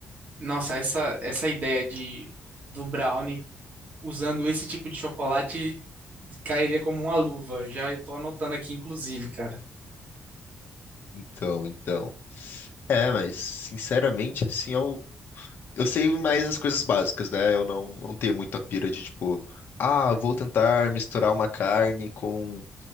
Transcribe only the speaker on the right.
nossa, essa, essa ideia de, do brownie usando esse tipo de chocolate cairia como uma luva. Já tô anotando aqui, inclusive, cara.